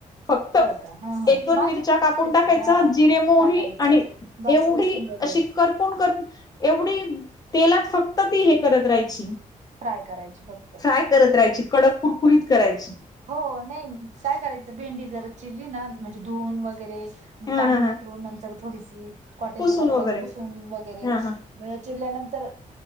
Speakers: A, on the left; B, on the right.
A: फक्त
B: हो का हा हा
A: एक दोन
B: माझं
A: मिरच्या
B: पण
A: कापून
B: तसच
A: टाकायचं
B: आहे हा
A: जिरे आणि
B: टाकायचं बस
A: एवढी
B: लसूण वगैरे
A: अशी करपूण कर एवढी तेलात फक्त ती हे करत राहायची.
B: फ्राय करायची फक्त
A: फ्राय करत राहायची कडक कुरीत करायची.
B: हो नाही काय करायचं भेंडी जर चिरली ना म्हणजे धुन वगैरे
A: हा
B: पाणी
A: हा हा
B: धुण नंतर थोडीशी कॉटनच्या
A: पुसून
B: कपड्यानी
A: वगैरे
B: पुसून वगैरे
A: हा हा
B: म्हणजे या चिरल्यानंतर